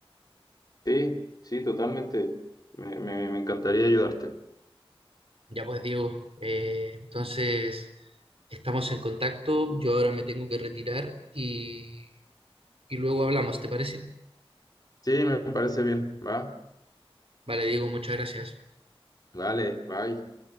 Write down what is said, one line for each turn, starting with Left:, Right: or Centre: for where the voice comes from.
Left: Sí, sí, totalmente. Me, me, me encantaría ayudarte.
Right: Ya pues Diego, eh, entonces estamos en contacto, yo ahora me tengo que retirar y, y luego hablamos, ¿te parece?
Left: Sí, me parece bien. Va,
Right: Vale, Diego, muchas gracias.
Left: vale, bye.